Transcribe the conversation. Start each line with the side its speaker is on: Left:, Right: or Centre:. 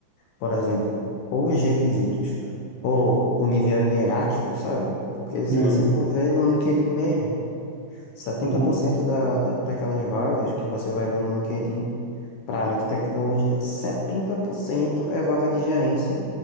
Left: por exemplo, ou os requisitos, ou o nível hierárquico, sabe? Porque se
Right: Uhum.
Left: você for ver no LinkedIn mesmo, 70%
Right: Tem uma-
Left: da, da, daquelas vagas que você vai ver no LinkedIn para a área de tecnologia, 70% é vaga de gerência